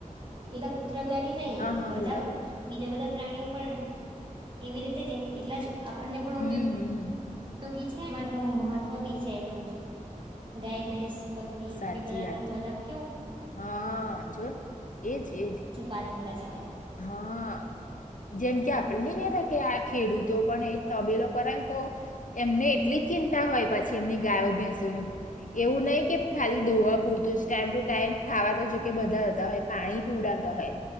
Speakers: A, on the right; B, on the left.
A: <inaudible> કૂતરા બિલાડી ન‌હીં,
B: હા
A: બધા
B: બોલો બોલો
A: બીજા બધા પ્રાણીઓ પણ જ એવી રીતે <unintelligible> એટલા જ આપણને પણ
B: હમ
A: ઉપયોગ
B: હમ
A: ગી છે <inaudible> મહત્વ બી છે એટલું જ. ગાય, ભેસ બકરી
B: સાચી
A: એ બધા
B: વાત
A: નું
B: છે
A: બધા કેવુ
B: હા <unintelligible> એજ-એજ.
A: શુ પાલન કરી શકે.
B: હા. જેમ કે આપણે ની કહેતા કે આ ખેડૂતો પણ એ તબેલો કરેન તો એમને એટલી જ ચિંતા હોય પછી એમની ગાયો, ભેંસોની. એવું ન‌હીં કે ખાલી દોહવા પૂરતું જ, ટાઈમ ટુ ટાઈમ ખાવા તો જો કે બધા આપતા હોય. પાણી પીવડાવતા હોય